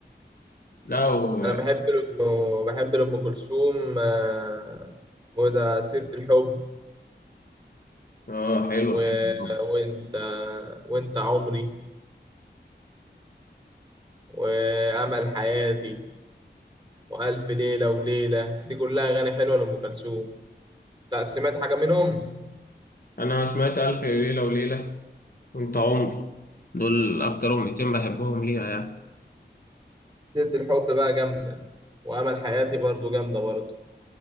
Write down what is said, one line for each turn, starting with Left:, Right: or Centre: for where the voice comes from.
Left: لا و...
Right: أنا بحب لأم بحب لأم كلثوم آه، اسمه إيه ده سيرة الحب
Left: اه حلو
Right: و...
Left: سيف الحب
Right: وأنت وأنت عمري وأمل حياتي وألف ليلة وليلة دي كلها أغاني حلوة لأم كلثوم تع- سمعت حاجة منهم؟
Left: انا سمعت الف ليله وليله وانت عمري دول اكتر اغنيتين بحبهم ليها يعني
Right: سيرة الحب بقى جامدة وأمل حياتي برضو جامدة برضو